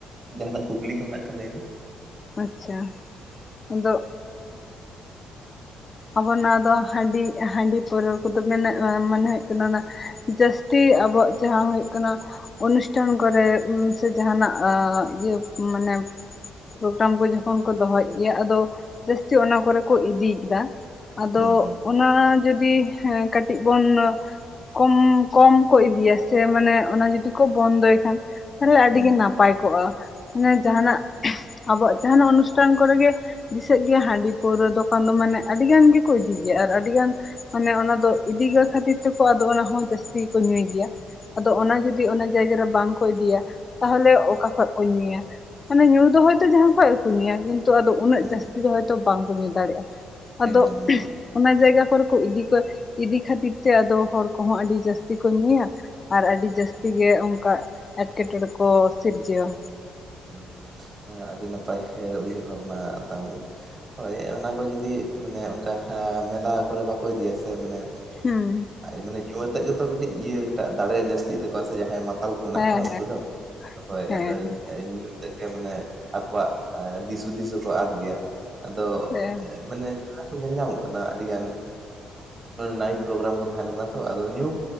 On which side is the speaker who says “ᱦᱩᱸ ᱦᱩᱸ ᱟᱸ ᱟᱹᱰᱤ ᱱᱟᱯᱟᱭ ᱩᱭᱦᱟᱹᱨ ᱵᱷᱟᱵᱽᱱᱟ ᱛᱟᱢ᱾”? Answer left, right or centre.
Right